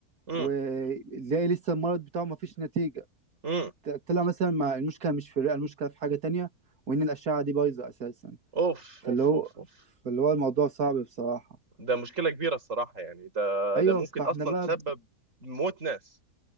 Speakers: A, on the right (about 50°); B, on the right (about 70°).
A: امم
B: وتلاقي لسه المرض بتاعه مفيش نتيجة
A: أمم.
B: طلع مثلا ما المشكله مش في الرئه المشكله في حاجه تانية وان الاشعه دي بايظه اساسا
A: اوف
B: فاللي
A: اوف
B: هو
A: اوف اوف
B: فاللي هو الموضوع صعب بصراحه
A: ده مشكلة كبيرة الصراحة يعني ده
B: ايوه
A: ده ممكن
B: فاحنا
A: اصلا
B: بقى
A: تسبب موت ناس